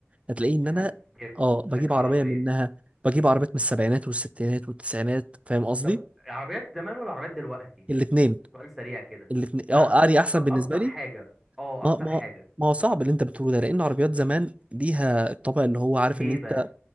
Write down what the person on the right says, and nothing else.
هتلاقيني ان
انا اه بجيب
عربية منها بجيب عربيات من السبعينات والستينات والتسعينات فاهم قصدي
الاتنين
الاتنين
اه
اري احسن بالنسبة
لي
ما
ما
ما هو صعب اللي انت بتقوله ده لان عربيات زمان ليها الطابع اللي هو عارف
ان انت